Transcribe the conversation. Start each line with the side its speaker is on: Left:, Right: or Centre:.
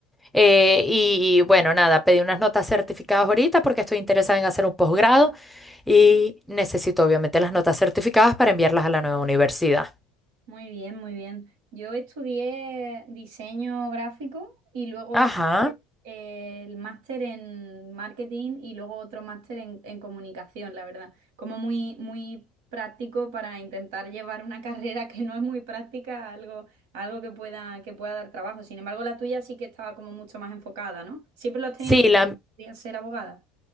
Centre: eh, y, y, bueno, nada, pedí unas notas certificadas ahorita porque estoy interesada en hacer un posgrado y necesito obviamente las notas certificadas para enviarlas a la nueva universidad.
Right: Muy bien, muy bien. Yo estudié diseño gráfico y luego estudié
Centre: Ajá.
Right: eh, el máster en marketing y luego otro máster en, en comunicación, la verdad. Como muy, muy práctico para intentar llevar una <laughs> carrera que no es muy práctica a algo, a algo que pueda, que pueda dar trabajo. Sin embargo, la tuya sí que estaba como mucho más enfocada, ¿no? ¿Siempre lo has
Centre: Sí,
Right: tenido
Centre: la,
Right: que ser abogada?